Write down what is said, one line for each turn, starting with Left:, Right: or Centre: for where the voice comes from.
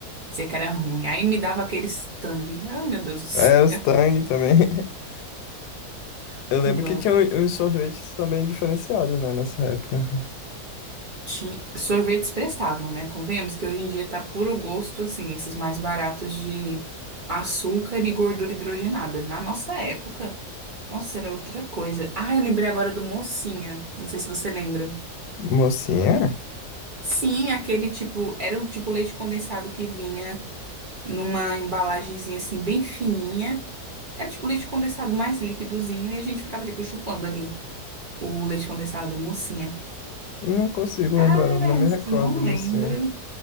Right: dizia que era ruim. Aí me dava aquele tangue. Ah, meu Deus do céu.
Left: É, os Tang também. <laughs>
Right: <laughs>
Left: Eu lembro que tinha um- uns sorvetes também diferenciados, né, nessa época.
Right: Ti- Sorvetes prestavam, né? Convenhamos que hoje em dia tá puro gosto, assim, esses mais baratos de açúcar e gordura hidrogenada. Na nossa época, nossa, era outra coisa. Ah, eu lembrei agora do Mocinha. Não sei se você lembra.
Left: Mocinha?
Right: Sim, aquele tipo, era o tipo leite condensado que vinha numa embalagenzinha assim, bem fininha. Era tipo leite condensado mais líquidozinho e a gente ficava, tipo, chupando ali o leite condensado, Mocinha.
Left: Não consigo
Right: Ah,
Left: lembrar, não me
Right: você
Left: recordo
Right: não
Left: do
Right: lembra?
Left: mocinha.